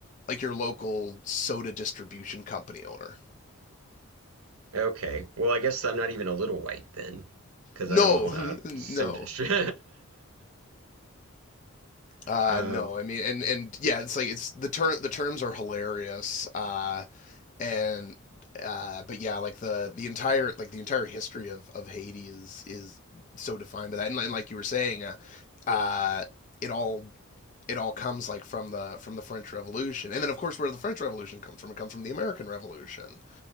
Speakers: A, on the left; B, on the right.
A: like your local soda distribution company owner.
B: Okay. Well, I guess I'm not even a little white then, because
A: No,
B: I don't own
A: <laughs>
B: a
A: no,
B: soda stream. <laughs>
A: uh, no. I mean, and and yeah, it's like it's the term the terms are hilarious. Uh, and uh, but yeah, like the the entire like the entire history of of Haiti is is so defined by that, and, and like you were saying, uh, uh, it all it all comes like from the from the French Revolution, and then of course where the French Revolution comes from, it comes from the American Revolution.